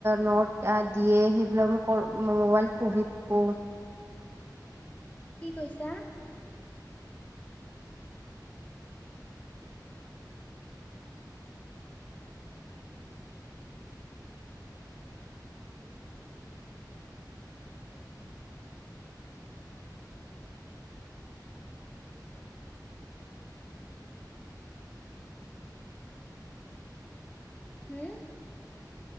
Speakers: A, on the right; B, on the left.
A: নটা দিয়ে সেইবিলাক মই মোবাইল পঢ়ি থাকো।
B: কি কৈছা। হম।